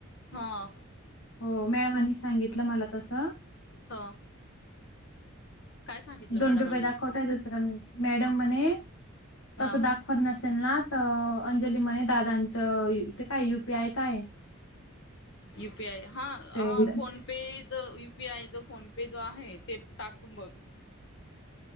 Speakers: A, on the left; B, on the left.
A: हा
B: हो मॅम आणि सांगितलं मला तसं.
A: हा. काय सांगितलं
B: दोन
A: मॅडमांनी
B: रुपये दाखवतंय दुसर मॅडम म्हणे
A: हा
B: तस दाखवत नसेल ना तं अंजली म्हणे दादांचं इथे काय यु पी आय काय
A: यु पी आय हा
B: ते
A: हा फोनपे जर युपीआय जर फोनपे जो आहे ते टाकून बग.